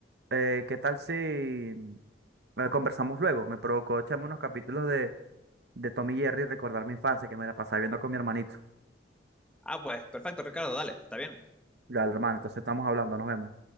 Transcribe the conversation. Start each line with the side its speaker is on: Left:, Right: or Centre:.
Right: Eh, ¿qué tal si mm, eh, conversamos luego? Me provocó echarme unos capítulos de, de Tom y Jerry y recordar mi infancia que me la pasaba viendo con mi hermanito.
Centre: Ah, pues perfecto, Ricardo, dale, está bien.
Right: Ya, hermano, entonces estamos hablando, nos vemos.